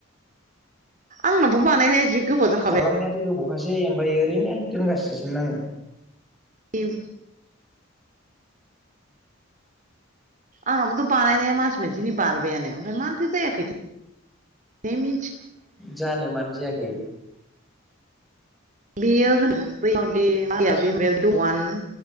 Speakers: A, on the right (about 40°); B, in the centre.
A: आंनावाबो बानायनाय जि गोबाव जाखाबाय
B: खालामनायाथ गोबावखासै ओमफ्राय ओरैनो दोनगासिनोसोम आंङो
A: उम आंनाबोथ बानायनाया मास मोनसेनि बारबायानो ओमफ्राय मानोथो जायाखैथो थाय मि
B: जानो मानो जायाखै
A: बेयो होनो बैयावदि मया बे अवान